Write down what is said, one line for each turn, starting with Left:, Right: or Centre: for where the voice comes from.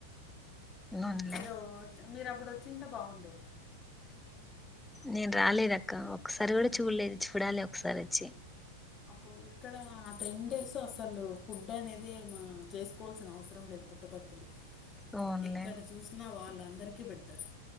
Centre: అవునులే
Left: మీరు మీరు అప్పుడు వచ్చింటే బాగుండేది
Centre: నేను రాలేదక్క ఒకక్కసారి కూడ చూడలేదు చూడాలి ఒకసారి వచ్చి
Left: అప్పుడు ఇక్కడ ఆ టెన్ డేస్ అసలు ఫుడ్ అనేది మా చేసుకోవాల్సిన అవసరం లేదు పుట్టపర్తిలో
Centre: అవునులే
Left: ఎక్కడ చూసినా వాళ్ళు అందరికీ పెడతారు